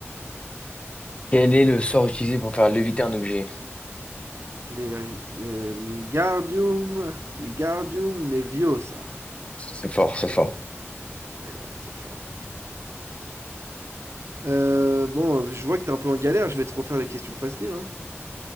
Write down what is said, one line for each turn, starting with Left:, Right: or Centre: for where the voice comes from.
Left: Quel est le sort utilisé pour faire léviter un objet?
Right: Les, les, les Wingardium Wingardium Leviosa.
Left: C'est fort, c'est fort.
Right: Et ouais, c'est fort. Euh, bon, je vois que t'es un peu en galère, je vais te refaire des questions faciles, hein.